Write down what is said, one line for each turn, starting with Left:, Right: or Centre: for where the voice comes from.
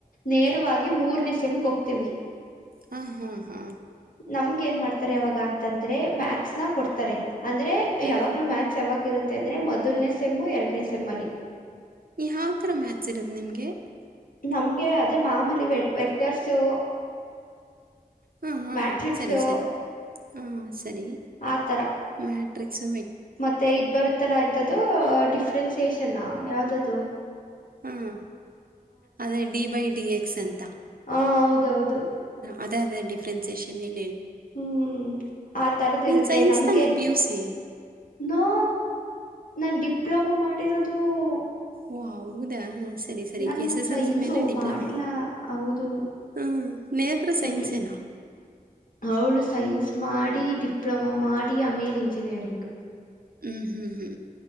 Left: ನೇರವಾಗಿ ಮೂರ್ನೆೇ ಸೆಮ್ಗೆ ಹೋಗ್ತೀವಿ
Right: ಹಾ ಹಾ ಹಾ
Left: ನಮ್ಗೆ ಏನ್ ಮಾಡ್ತಾರೆ ಯಾವಾಗ ಅಂತಂದ್ರೆ ಮ್ಯಾಕ್ಸ್ ಕೊಡ್ತಾರೆ ಅಂದ್ರೆ
Right: ಹ್ಮ್
Left: ಯಾವಾಗ್ಲೂ ಮಾಥ್ಸ್ ಯಾವಾಗ ಇರುತ್ತೆ ಅಂದ್ರೆ ಮೊದಲನೇ ಸೆಮ್ಮು ಎರಡನೇ ಸೆಮ್ಮಲ್ಲಿ
Right: ಸೆಮ್ಮಲ್ಲಿ ಯಾವ ಥರ ಮ್ಯಾಥ್ಸ್ ಇರೋದು ನಿಮಗೆ
Left: ನಮ್ಗೆ ಅದೇ ಮಾಮೂಲಿ ವ ವೆಕ್ಟರ್ಸು
Right: ಹಾ ಹಾ
Left: ಮ್ಯಾಟ್ರಿಕ್ಸು
Right: ಸರಿ ಸರಿ ಹಾ ಸರಿ
Left: ಆತರ
Right: ಮಾಟ್ರಿಕ್ಸು
Left: ಮತ್ತೆ ಇದ್ ಬರುತ್ತಲ್ಲಾ ಎಂತ್ದು ಡಿಫ್ರೆನ್ಸಿಯೇಷನ್ ಯಾವ್ದ ಅದು
Right: ಹ್ಮ ಅದೇ ಡಿ ಬೈ ಡಿ ಎ ಸರಿ
Left: ಹಾ ಹೌದೌದು
Right: ಅದೇ ಅದೇ ಡಿಫ್ರೆನ್ಸೇಷನ್ ಇಲ್ಲಿ
Left: ಹ್ಮ್ ಆ ತರದ್
Right: ನೀನ್
Left: ಇರುತ್ತೆ
Right: ಸೈನ್ಸ್
Left: ನಮ್ಗೆನ್
Right: ತಾನೆ ಪಿ ಯು ಸಿ
Left: ನೋ ನಾನ್ ಡಿಪ್ಲೊಮಾ ಮಾಡಿರೋದು ದು
Right: ಓ ಹೌದಾ ಸರಿ ಸರಿ
Left: ನನ್
Right: S S
Left: science
Right: L C ಮೇಲೆ ಡಿಪ್ಲೊಮೊ
Left: ಮಾಡಿಲ್ಲ ಹೌದು
Right: ಹ್ಞೂ ನೇತ್ರ ಸೈನ್ಸೇನಾ
Left: ನೇತ್ರಾ ಅವಳು ಸೈನ್ಸ್ ಮಾಡಿ ಡಿಪ್ಲೊಮಾ ಮಾಡಿ ಆಮೇಲ್ ಇಂಜಿನಿಯರಿಂಗ್
Right: ಹ್ಞೂ ಹ್ಞೂ ಹ್ಞೂ